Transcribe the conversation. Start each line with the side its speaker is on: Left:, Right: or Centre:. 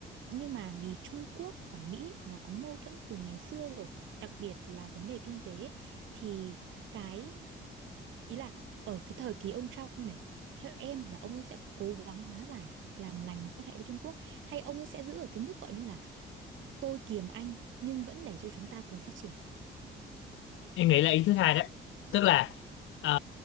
Right: nhưng mà vì Trung Quốc và Mỹ nó có mâu thuẫn từ ngày xưa rồi, đặc biệt là vấn đề kinh tế ấy, thì cái ý là ở cái thời kỳ ông Trump này theo em là ông ấy sẽ cố gắng hóa giải làm lành mối quan hệ với Trung Quốc hay ông ấy sẽ giữ ở cái mức gọi như là tôi kiềm anh nhưng vẫn để cho chúng ta cùng phát triển
Left: em nghĩ là ý thứ hai đó tức là ờ,